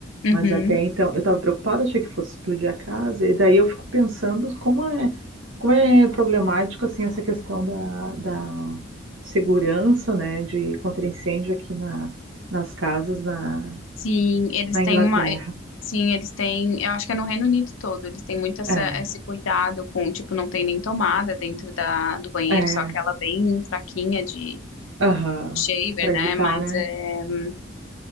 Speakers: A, on the left; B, on the right.
A: Uhum.
B: Mas até então, eu tava preocupada, achei que fosse explodir a casa, e daí eu fico pensando como é, como é problemático, assim, essa questão da, da segurança, né, de contra incêndio aqui na, nas casas na,
A: Sim, eles
B: na
A: têm
B: Inglaterra.
A: uma. Sim, eles têm. Eu acho que é no Reino Unido todo. Eles têm muito essa,
B: É,
A: esse cuidado com, tipo, não tem nem tomada dentro da, do banheiro,
B: é,
A: só aquela bem fraquinha de
B: aham,
A: shaver,
B: para
A: né?
B: evitar,
A: Mas
B: né?
A: é,